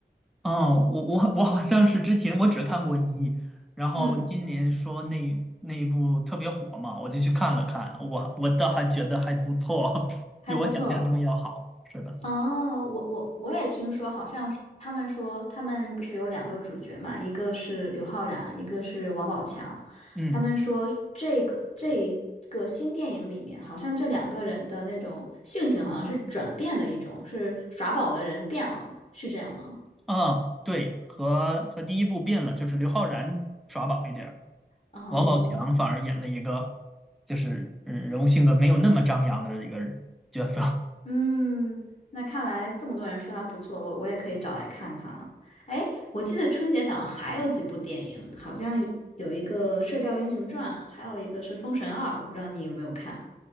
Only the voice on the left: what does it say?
嗯，
还不错。
哦，我我我也听说，好像是他们说他们不是有两个主角嘛，一个是刘昊然，一个是王宝强。
他们说这个这一个新电影里面，好像这两个人的那种性情好像是转变的一种，是耍宝的人变了，是这样吗？
哦，
嗯，那看来这么多人说它不错，我我也可以找来看看了。哎，我记得春节档还有几部电影，好像有一个《射雕英雄传》，还有一个是《封神二》，我不知道你有没有看。